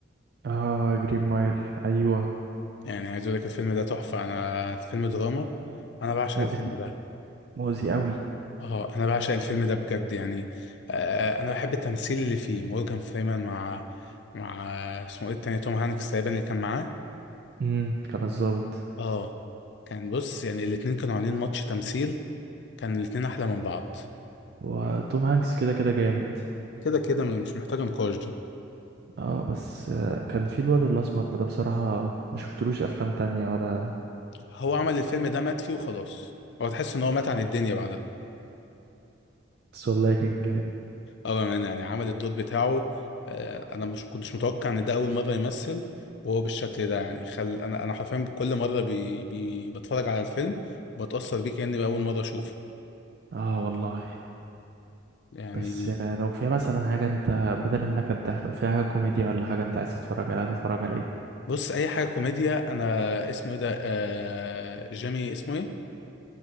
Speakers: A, on the right; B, on the left.
A: اه جرين مايل ايوه
B: يعني عايز اقول لك الفيلم ده تحفة انا الفيلم دراما انا بعشق
A: مؤذي
B: الفيلم ده
A: مؤذي قوي
B: اه انا بعشق الفيلم ده بجد يعني آه انا بحب التمثيل اللي فيه مورجان فريمان مع مع اسمه ايه التاني توم هانكس تقريبا اللي كان معاه
A: امم كان الظابط
B: اه كان بص يعني الاتنين كانوا عاملين ماتش تمثيل كان الاتنين احلى من بعض
A: وتوم هانكس كده كده جامد
B: كده كده مش محتاجة نقاش دي
A: اه بس آه، كان في الواد الاسمر ده بصراحة ما شفتلوش افلام تانية ولا
B: هو عمل الفيلم ده مات فيه وخلاص هو تحس ان هو مات عن الدنيا بعدها
A: بس والله كان جامد
B: اه بأمانة يعني عمل الدور بتاعه آه، انا مش كنتش متوقع ان ده اول مرة يمثل وهو بالشكل ده يعني خل انا انا حرفيا كل مرة بي... بي... بتفرج على الفيلم بتأثر بيه كأني بأول مرة اشوفه
A: اه والله
B: يعني
A: بس آه، لو فيها مثلا حاجة انت بدل النكد ده لو فيها حاجة كوميديا ولا حاجة انت عايز تتفرج عليها تتفرج على ايه
B: بص اي حاجة كوميديا انا اسمه ايه ده آه... جيمي اسمه ايه